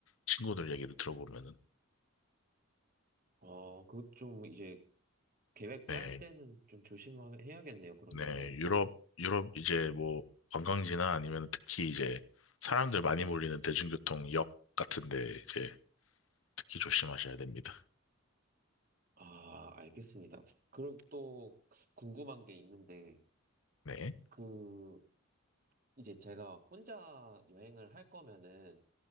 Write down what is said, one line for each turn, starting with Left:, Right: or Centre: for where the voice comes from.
Left: 친구들 얘기를 들어보면은.
Right: 어, 그거 좀 이제 계획
Left: 네,
Right: 짤 때는 좀 조심해야겠네요, 그러면은.
Left: 네, 유럽, 유럽 이제 뭐 관광지나 아니면 특히 이제 사람들 많이 몰리는 대중교통 역 같은데 이제 특히 조심하셔야 됩니다.
Right: 아, 알겠습니다. 그리고 또 궁금한 게 있는데,
Left: 네,
Right: 그, 이제 제가 혼자 여행을 할 거면은,